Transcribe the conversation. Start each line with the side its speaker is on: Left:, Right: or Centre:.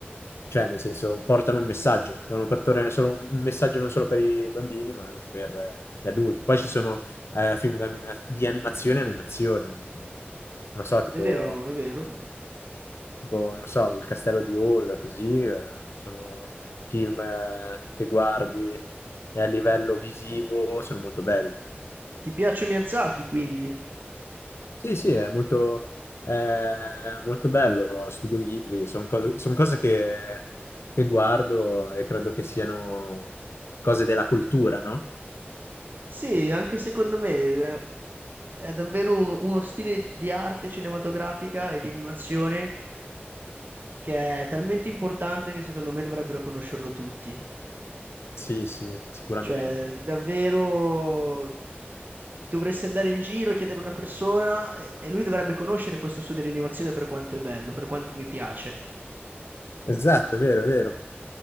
Left: cioè nel senso, portano un messaggio, devono portare solo un, un messaggio non solo per i bambini, ma anche per eh, gli adulti. Poi ci sono eh, film d'anima- di animazione e animazione, non non so, tipo,
Right: È vero, è vero.
Left: tipo, non so, Il Castello di Hall, così, eh, sono film eh, che guardi e a livello visivo sono molto belli.
Right: Ti piace Miyazaki, quindi?
Left: Sì, sì, è molto, è molto bello. Studio Ghibli, sono cose, son cose che, che guardo e credo che siano cose della cultura, no?
Right: Sì, anche secondo me. eh, È davvero un- uno stile di arte cinematografica e di animazione che è talmente importante che secondo me dovrebbero conoscerlo tutti.
Left: Sì, sì, sicuramente.
Right: Cioè, davvero dovresti andare in giro e chiedere a una persona e, e lui dovrebbe conoscere questo studio di animazione per quanto è bello, per quanto mi piace.
Left: Esatto, è vero, è vero.